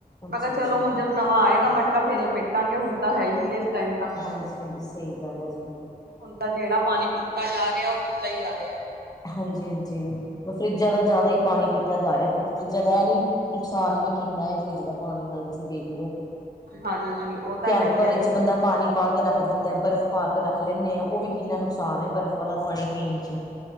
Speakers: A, on the left; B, on the right.
A: ਅੱਛਾ
B: ਮੈਂ ਕਿਹਾ, ਚਲੋ
A: ਅੱਛਾ
B: ਹੁਣ
A: ਜੀ
B: ਜਦ ਨਵਾਂ ਆਏਗਾ ਮਟਕਾ ਫੇਰ ਲਪੇਟਾਂਗੇ, ਹੁਣ ਤਾਂ ਹੈ ਹੀ ਨੀ ਇਸ ਟਾਈਮ ਤਾਂ।
A: ਹਾਂਜੀ-ਹਾਂਜੀ, ਸਹੀ ਗੱਲ ਹੈ ਜੀ।
B: ਹੁਣ ਤਾਂ ਜਿਹੜਾ ਪਾਣੀ ਪੀਤਾ ਜਾ ਰਿਹਾ, ਉਹ ਪੀਤਾ ਹੀ ਜਾ ਰਿਹਾ।
A: ਹਾਂਜੀ-ਹਾਂਜੀ, ਫਰਿੱਜਾਂ ਦਾ ਜ਼ਿਆਦਾ ਹੀ ਪਾਣੀ ਪੀਤਾ ਜਾ ਰਿਹਾ, ਫਰਿੱਜਾਂ ਦਾ ਐ ਨੀ ਨੁਕਸਾਨ ਵੀ ਕਿੰਨਾ ਹੈ, ਫਰਿੱਜ ਦਾ ਪਾਣੀ ਨਾਲ ਵੈਸੇ ਵੇਖ ਲੋ।
B: ਹਾਂਜੀ, ਉਹ ਤਾਂ
A: ਕੈਂਪਰ
B: ਹੈ ਹੀ ਆ।
A: ਵਿੱਚ ਬੰਦਾ ਪਾਣੀ ਪਾ ਕੇ ਰੱਖ ਦਿੰਦਾ, ਬਰਫ਼ ਪਾ ਕੇ ਰੱਖ ਲੈਂਦੇ ਆਂ, ਉਹ ਵੀ ਕਿੰਨਾ ਨੁਕਸਾਨ ਹੈ, ਬਰਫ਼ ਵਾਲਾ ਪਾਣੀ ਪੀਣ ਚ।